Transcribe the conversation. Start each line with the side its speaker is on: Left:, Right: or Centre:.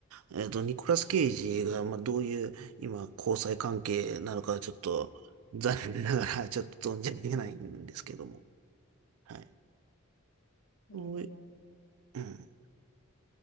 Right: えっと、ニコラス・ケイジが、まあ、どういう、今、交際関係なのか、ちょっと、残念ながら、<laughs> ちょっと存じ上げないんですけども。
Left: あ、そうですよね。
Right: はい。
Left: なるほど。
Right: おいうん。